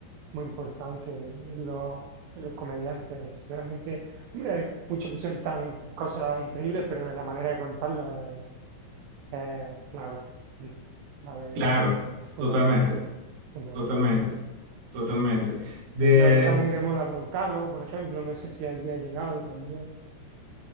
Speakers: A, on the right (about 75°); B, on the right (about 50°).
A: muy importante en en los, en los comediantes. Realmente, hombre, hay muchos que sueltan cosas increíbles, pero la manera de contarlo es, es clave. Di- Clave
B: Claro,
A: es fundamental,
B: totalmente,
A: fundamental.
B: totalmente, totalmente. ¿De
A: Aquí ahora está muy de moda Broncano, por ejemplo. No sé si allí ha llegado también.